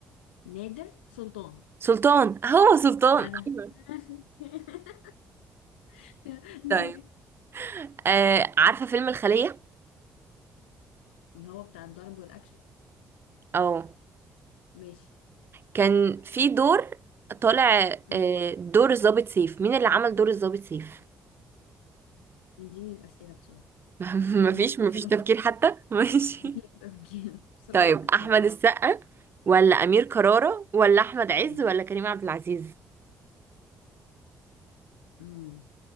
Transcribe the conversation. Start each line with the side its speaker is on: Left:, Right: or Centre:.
Left: نادر سلطان
Right: سلطان هو سلطان
Left: جدع
Right: ايوه
Left: <laughs> <laughs>
Right: طيب
Left: دوري
Right: آه عارفة فيلم الخلية
Left: اللي هو بتاع الضرب والاكشن
Right: اه
Left: ماشي
Right: كان في دور طالع
Left: امم
Right: آه دور الضابط سيف مين اللي عمل دور الضابط سيف
Left: اديني الاسئله بسرعه
Right: <laughs>
Left: اديني
Right: مفيش
Left: الاختيارات
Right: مفيش تفكير
Left: <laughs>
Right: حتى <laughs> ماشي
Left: في تفكير بسرعه
Right: طيب
Left: الاختيارات
Right: احمد السقا ولا امير كرارة ولا احمد عز
Left: امم
Right: ولا كريم عبد العزيز
Left: امم